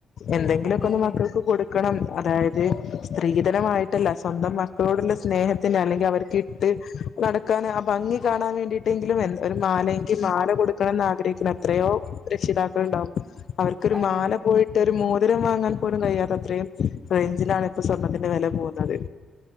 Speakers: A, on the left; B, in the centre.
A: എന്തെങ്കിലുമൊക്കെ
B: അതെ
A: ഒന്ന്
B: അതെ.
A: മക്കൾക്ക് കൊടു ക്കണം അതായത് സ്ത്രീധന മായിട്ടല്ല സ്വന്തം മക്കളോടുള്ള സ്നേഹത്തില് അല്ലെങ്കിൽ അവർക്ക് ണ്ട് നടക്കാൻ ആഹ് ഭംഗി കാണാൻ വേണ്ടിയിട്ടെങ്കിലും എന്ത ഒരു മാല എങ്കിൽ
B: ഉം
A: മാല
B: ഉം.
A: കൊടുക്കണം എന്ന് ആഗ്രഹിക്കുന്ന എത്രയോ രക്ഷിതാക്കൾ ഉണ്ടാവും അവർക്ക് അവർക്ക് ഒരു
B: അതെ
A: മാല
B: അതെ.
A: പോയിട്ട് ഒരു മോതിരം വാങ്ങാൻ പോലും കഴിയാത്ത അത്രയും റേഞ്ചിലാണ് ഇപ്പോ സ്വർണത്തിന്റെ വില പോകുന്നത്